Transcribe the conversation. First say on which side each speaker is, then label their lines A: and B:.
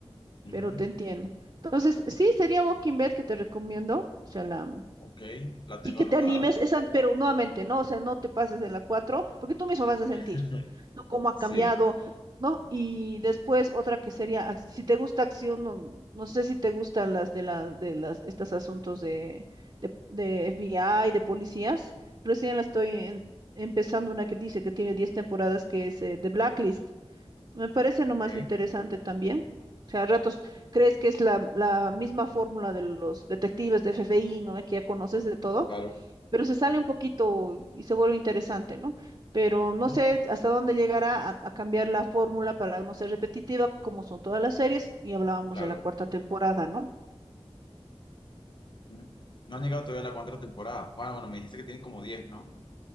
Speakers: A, on the left; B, on the right.
A: ujú,
B: Pero te entiendo. Entonces, sí, sería Walking Dead que te recomiendo, o sea, la,
A: Ok, la tengo
B: Sí que
A: anotada.
B: te animes, esa, pero nuevamente, ¿no? O sea, no te pases de la 4 porque tú mismo vas
A: <laughs>
B: a sentir, ¿no? Cómo ha cambiado,
A: Sí,
B: ¿no? Y después otra que sería, ac- si te gusta acción, no, no sé si te gustan las de las, de las, estos asuntos de, de, de FBI, de policías. Recién la estoy en- empezando una que dice que tiene 10 temporadas, que es eh, The Blacklist. Me parece nomás
A: ok,
B: interesante también. O sea, a ratos crees que es la, la misma fórmula de los detectives de FBI, ¿no? Que ya conoces de todo
A: claro,
B: pero se sale un poquito y se vuelve interesante, ¿no? Pero
A: ujú,
B: no sé hasta dónde llegará a, a cambiar la fórmula para no ser repetitiva, como son todas las series, y hablábamos
A: claro.
B: de la cuarta temporada, ¿no?
A: ujú. No han llegado todavía a la cuarta temporada. Bueno, bueno, me dijiste que tienen como 10, ¿no?